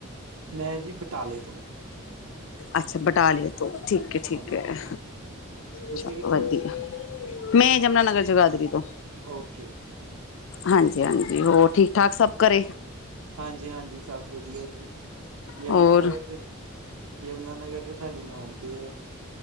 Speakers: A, on the right (about 90°); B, on the left (about 60°).
A: ਮੈਂ ਜੀ ਬਟਾਲੇ ਤੋਂ।
B: ਅੱਛਾ ਬਟਾਲੇ ਤੋਂ ਠੀਕ ਹੈ ਠੀਕ
A: ਹਾਂਜੀ
B: ਹੈ।
A: ਤੁਸੀਂ
B: ਅੱਛਾ
A: ਕਿੱਥੋਂ?
B: ਵਧੀਆ, ਮੈਂ ਯਮੁਨਾਨਗਰ ਜਗਾਧਰੀ ਤੋਂ।
A: Okay okay.
B: ਹਾਂਜੀ-ਹਾਂਜੀ, ਹੋਰ ਠੀਕ ਠਾਕ ਸਭ ਘਰੇ?
A: ਹਾਂਜੀ-ਹਾਂਜੀ ਸਭ ਵਧੀਆ ਜੀ। ਯਮੁਨਾ
B: ਹੋਰ
A: ਨਗਰ ਤੇ ਯਮੁਨਾਨਗਰ ਤੇ ਸਾਡੇ ਨਾਨਕੇ ਹੈ।